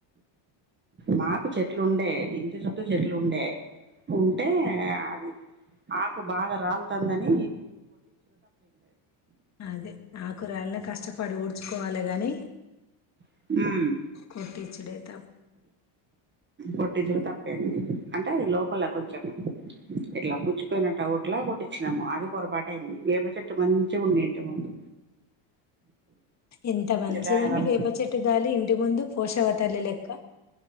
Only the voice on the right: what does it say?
మాకు చెట్లు ఉండే ఇంటి చుట్టూ చెట్లు ఉండే ఉంటే అది ఆకు బాగా రాలుతాందని
మ్మ్
కొట్టించడం తప్పేంది అంటే అది లోపల కొంచెం ఇట్లా పుచ్చిపోయినట్టు ఒకట్లా కొట్టించినాము అది పొరపాటు అయింది వేప చెట్టు మంచిగా ఉండేంటి ముందు
దాని వల్ల